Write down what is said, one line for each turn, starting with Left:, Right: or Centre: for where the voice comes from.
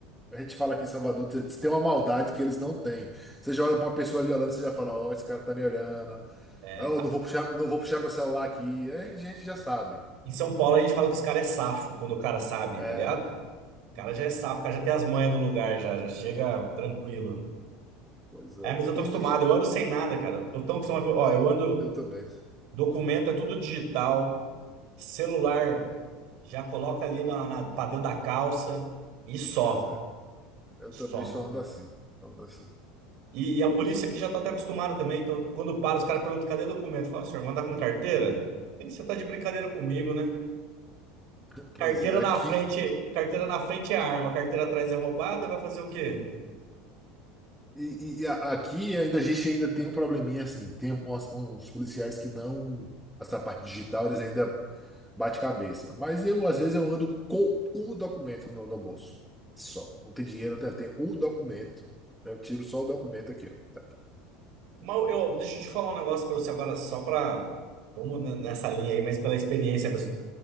Centre: A gente fala aqui em Salvador, tem tem uma maldade que eles não têm. Você já olha pra uma pessoa ali olhando, você já fala, ó, esse cara tá me olhando.
Right: É,
Centre: Ah, Eu não vou puxar, não vou puxar meu celular aqui. Aí A gente já sabe.
Right: em São Paulo a gente fala que os caras é safo quando o cara sabe,
Centre: É.
Right: tá ligado? O cara
Centre: Uhum.
Right: já é safo, o cara já tem as manhas do lugar já, já chega tranquilo.
Centre: Pois é.
Right: É, mas eu tô
Centre: E,
Right: acostumado,
Centre: e-
Right: eu ando sem nada, cara. Eu tô tão acostumado. com- Ó,
Centre: é,
Right: eu ando,
Centre: eu também.
Right: documento é tudo digital, celular já coloca ali na, na, pra dentro da calça e só.
Centre: Pois é. Eu
Right: Só.
Centre: também só ando assim. Ando assim.
Right: E, e a polícia
Centre: E, <laughs>
Right: aqui já tá até acostumada também. Então, quando para, os caras perguntam, cadê documento? Fala, senhor, manda com carteira? Aí você tá de brincadeira comigo, né?
Centre: e- pois
Right: Carteira
Centre: é,
Right: na
Centre: aqui.
Right: frente, carteira na frente é arma, carteira atrás é roubada, vai fazer o quê?
Centre: E, e a- aqui ainda a gente ainda tem um probleminha assim. Tem um, uns, uns policiais que não. Essa parte digital, eles ainda Bate-cabeça. Mas eu, às vezes, eu ando com o documento no, no bolso. Só. Não tem dinheiro, tem, tem o documento. né? Eu tiro só o documento aqui, ó. Tá aqui.
Right: Mas eu, deixa eu te falar um negócio pra você agora, só pra. Vamos ne- nessa linha aí, mas pela experiência mesmo.